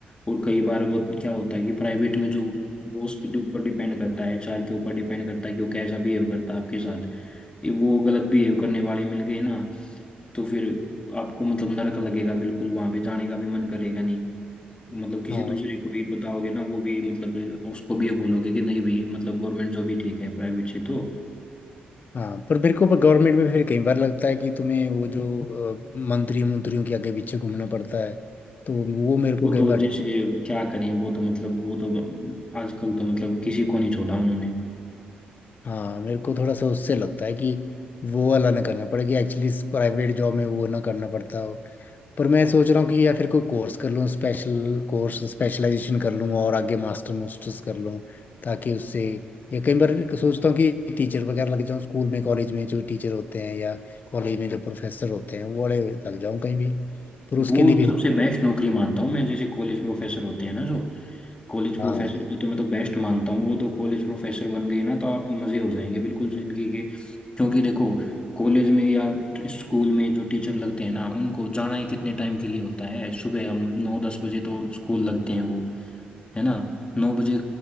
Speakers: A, on the left; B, on the left.
A: और कई बार वो क्या होता है कि प्राइवेट में जो बॉस के ऊपर डिपेंड करता है एचआर के ऊपर डिपेंड करता है कि वो कैसा बिहेव करता है आपके साथ ये वो गलत बिहेव करने वाले मिल गए ना तो फिर आपको मतलब नरक लगेगा बिल्कुल वहां पे जाने का भी मन करेगा नहीं मतलब किसी
B: हाँ
A: दूसरे को भी बताओगे ना वो भी मतलब उसको भी ये बोलोगे कि नहीं भाई मतलब गवर्नमेंट जॉब ही ठीक है प्राइवेट से तो
B: हाँ पर मेरे को पर गवर्नमेंट में फिर कई बार लगता है कि तुम्हें वो जो अ, मंत्री मंत्रियों के आगे पीछे घूमना पड़ता है तो वो मेरे को
A: वो
B: कई
A: तो
B: बार
A: जैसे
B: ठीक
A: क्या करें वो तो मतलब वो तो आजकल तो मतलब किसी को नहीं छोड़ा उन्होंने
B: हाँ मेरे को थोड़ा सा उससे लगता है कि वो वाला ना करना पड़े कि एक्चुअली प्राइवेट जॉब में वो ना करना पड़ता हो पर मैं सोच रहा हूँ कि या फिर कोई कोर्स कर लूँ स्पेशल कोर्स स्पेशलाइजेशन कर लूँ और आगे मास्टर मास्टर्स कर लूँ ताकि उससे या कई बार सोचता हूँ कि टीचर वगैरह लग जाऊँ स्कूल में कॉलेज में जो टीचर होते हैं या कॉलेज में जो प्रोफेसर होते हैं वो बड़े लग जाऊँ कहीं भी पर उसके
A: वो
B: लिए भी
A: सबसे बेस्ट नौकरी मानता हूँ मैं जैसे कॉलेज प्रोफेसर होते हैं ना जो कॉलेज प्रोफेसर
B: हाँ
A: की तो मैं तो बेस्ट मानता हूँ वो तो कॉलेज प्रोफेसर बन गए ना तो आप मजे हो जाएंगे बिल्कुल जिंदगी के क्योंकि देखो कॉलेज में या स्कूल में जो टीचर लगते हैं ना उनको जाना ही कितने टाइम के लिए होता है सुबह हम नौ दस बजे तो स्कूल लगते हैं वो है ना नौ बजे